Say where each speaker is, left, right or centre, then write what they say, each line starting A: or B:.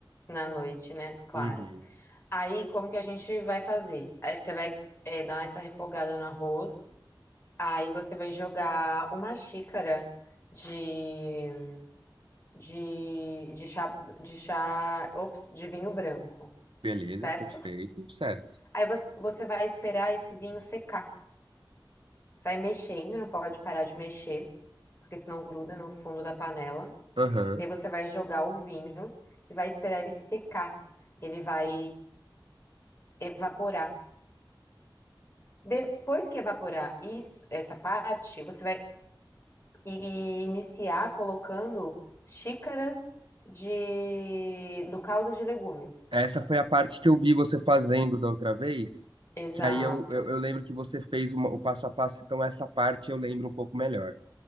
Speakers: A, on the left; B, on the right.
A: Na noite, né? Claro.
B: Uhum.
A: Aí, como que a gente vai fazer? Aí você vai eh, dar essa refogada no arroz. Aí você vai jogar uma xícara de de, de chá, de chá, ops, de vinho branco,
B: Beleza,
A: certo?
B: perfeito, certo.
A: Aí você, você vai esperar esse vinho secar. Você vai mexendo, não pode parar de mexer, porque senão gruda no fundo da panela.
B: Aham.
A: E aí você vai jogar o vinho e vai esperar ele secar. Ele vai evaporar. Depois que evaporar isso, essa parte, você vai i- iniciar colocando xícaras de do caldo de legumes.
B: Essa foi a parte que eu vi você fazendo da outra vez,
A: Exato.
B: que aí eu, eu, eu lembro que você fez uma- o passo a passo, então essa parte eu lembro um pouco melhor.